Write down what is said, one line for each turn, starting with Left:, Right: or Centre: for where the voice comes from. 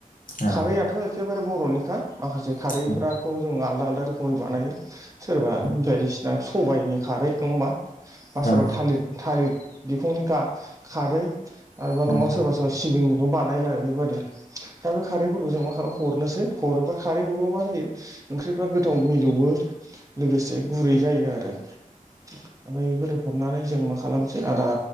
Left: औ
Right: खारैआथ' एखेबारे बर'निखा माखासे खारैफ्राखौ
Left: औ
Right: जों आलदा आलदाो रोखोमै बानायो सोरबा
Left: औ
Right: बायदिसिना सबायाइनि खारै नङा हा
Left: नोंथां
Right: बा सोरबा थालिर
Left: औ
Right: थालिर बिखंनि खारै आरोबा
Left: औ
Right: न'आव सोरबा सोरबा सिबिंनिखौ बानायो आरो बेबायाददि दा बे खारै मा खालाम हनोै होबा खारै हरोबा ज ओंरा गोथाव मिलौ लोगोसे गुरै जायो आरो ओमफ्राय बेफोर हरनानै जों मा खालामसै आदा